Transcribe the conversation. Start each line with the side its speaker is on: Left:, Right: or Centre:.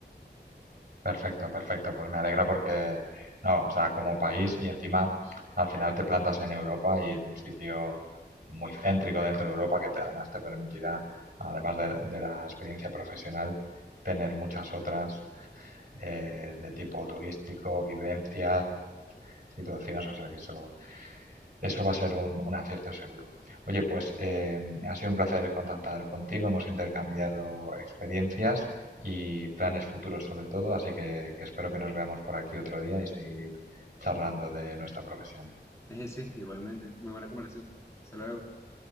Right: Perfecto, perfecto. Pues me alegra porque, no, o sea, como país y encima al final te plantas en Europa y en un sitio muy céntrico dentro de Europa que te- además te permitirá, además de, de la experiencia profesional, tener muchas otras eh, de tipo turístico, vivencias, situaciones, o sea que eso eso va a ser un, un acierto seguro. Oye, pues eh, ha sido un placer contactar contigo, hemos intercambiado experiencias y planes futuros sobre todo, así que que espero que nos veamos por aquí otro día y seguir charlando de nuestra profesión.
Left: <laughs> Sí, igualmente. Muy buena conversación. Hasta luego.